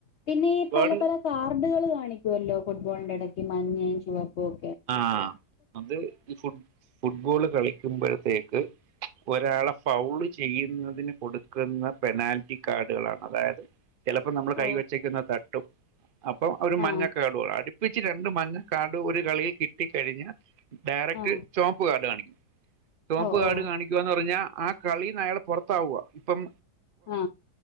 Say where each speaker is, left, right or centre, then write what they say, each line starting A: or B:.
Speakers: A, on the left (about 70°); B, on the right (about 70°).
A: പിന്നെ ഈ
B: ഒരുപാട്
A: പല പല കാർഡുകള് കാണിക്കുമല്ലോ ഫുട്ബോളിന്റെ ഇടയ്ക്ക് മഞ്ഞയും ചുവപ്പും ഒ
B: ആഹ് അത് ഈ ഫുട് ഫുട്ബോള് കളിക്കുമ്പഴത്തേക്ക് ഒരാള് ഫൗള് ചെയ്യുന്നതിന് കൊടുക്കുന്ന പെനാൽറ്റി കാർഡുകളാണ് അതായത് ചിലപ്പോ നമ്മള്
A: ഓ
B: കൈ വച്ചേക്കുന്ന തട്ടും അപ്പൊ ഒരു മഞ്ഞക്കാടുവാ
A: ആ
B: അടു പ്പിച്ച് രണ്ട് മഞ്ഞക്കാർഡ്‌ ഒരു കളിയിൽ കിട്ടി കഴിഞ്ഞാ ഡയറക്ട്
A: ആ
B: ചൊവപ്പ് കാർഡ് കാണിക്കും ചൊവപ്പ്
A: ഓ
B: കാർഡ്
A: ഓ
B: കാണി ക്കുവാന്ന് പറഞ്ഞാ ആ കളീന്ന് അയാള് പുറത്താവുക ഇപ്പം
A: ആ